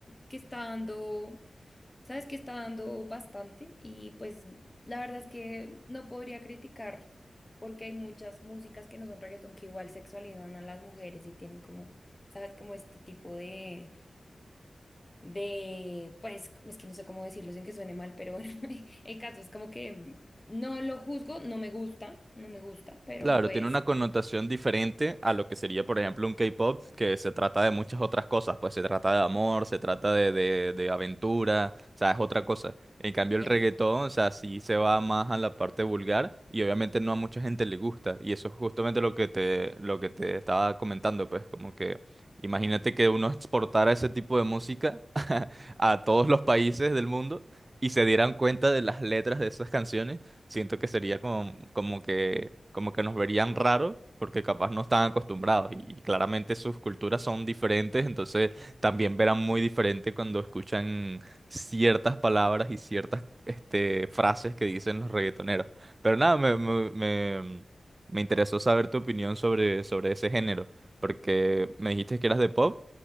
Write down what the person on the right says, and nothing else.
Claro,
tiene una connotación diferente a lo que sería, por ejemplo, un K-pop, que se trata de muchas otras cosas, pues se trata de amor, se trata de, de, de aventura, o sea, es otra cosa. En cambio,
el reggaetón, o sea, sí se va más a la parte vulgar y obviamente no a mucha gente le gusta. Y eso es justamente lo que te, lo que te estaba comentando, pues como que imagínate que uno exportara ese tipo de música <laughs> a todos los países del mundo y se dieran cuenta de las letras de esas canciones siento que sería como, como que, como que nos verían raro porque capaz no están acostumbrados y claramente sus culturas son diferentes, entonces también verán muy diferente cuando escuchan ciertas palabras y ciertas este, frases que dicen los reggaetoneros. Pero nada, me, me, me, me interesó saber tu opinión sobre, sobre ese género, porque me dijiste que eras de pop